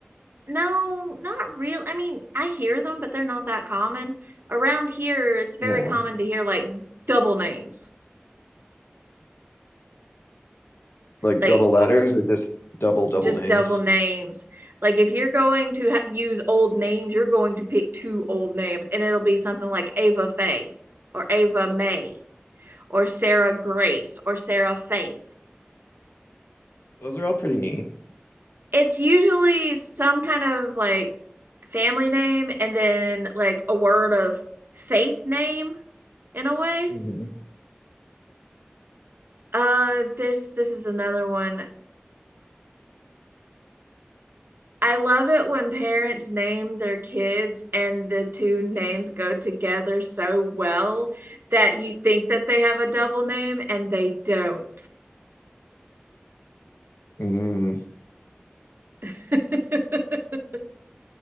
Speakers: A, on the right; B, on the left.
A: No, not real. I mean, I hear them, but they're not that common. Around here, it's very
B: No,
A: common to hear like double names,
B: like
A: like
B: double letters or just double double
A: just
B: names.
A: double names. Like if you're going to ha use old names, you're going to pick two old names, and it'll be something like Ava Faye or Ava May or Sarah Grace or Sarah Faith.
B: Those are all pretty neat.
A: It's usually some kind of like family name and then like a word of faith name in a way.
B: hmm
A: Uh, this this is another one. I love it when parents name their kids and the two names go together so well that you think that they have a double name and they don't.
B: Mm,
A: <laughs>